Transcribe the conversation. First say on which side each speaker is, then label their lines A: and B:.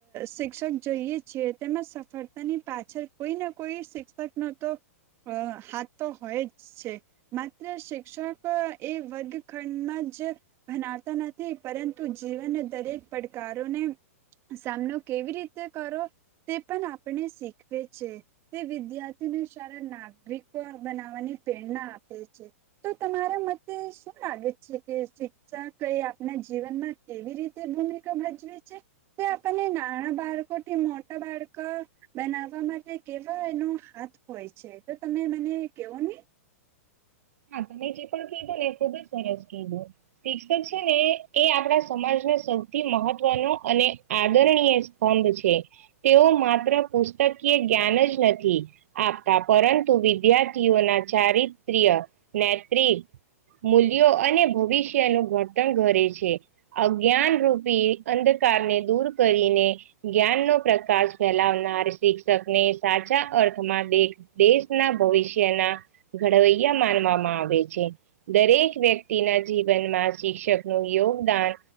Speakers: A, on the right; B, on the right.
A: શિક્ષક જોઈએ છીએ તેમાં સફળતાની પાછળ કોઈ નાને કોઈ શિક્ષક નો તો હાથ તો હોય જ છે માત્ર શિક્ષક એ વર્ગખંડમાં જ ભનાવતા નથી પરંતુ જીવનના દરેક પડકારોને સામનો કેવી રીતે કરો તે પણ આપણે શીખવે છે તે વિદ્યાર્થીને સારા નાગરિકો બનાવવાની પ્રેરણા આપે છે તો તમારા મતે શું લાગે છે કે શિક્ષા કઈ એના જીવનમાં કેવી રીતે ભૂમિકા ભજવે છે તે આપને એ નાણાં બાળકો મોટા બાળક બનાવવા માટે કેવા એનો હાથ હોય છે તો તમે મને કેવો નહી
B: હા તમે જે પણ કીધું ને એ ખુબ જ સરસ કીધું શિક્ષક છે ને એ આપણા સમાજના સૌથી મહત્વ મહવ ન અને આદરણીય સ્તંભ છે તેઓ માત્ર પુસ્તકીય જ્ઞાન જ નથી આપતા પરંતુ વિદ્યાર્થીઓના ચારિત્ર્ય નેત મૂલ્યો અને ભવિષ્યનું ઘર્તણ કરે છે અજ્ઞાન રૂપી અંધકારને દૂર કરીને જ્ઞાન નો પ્રકાશ ફેલાવનાર શિક્ષક ને સાચા અર્થમાં દેખ દેશના ભવિષ્યના ઘડવૈયા માનવામાં આવે છે દરેક વ્યક્તિના જીવનમાં શિક્ષક નું યોગદાન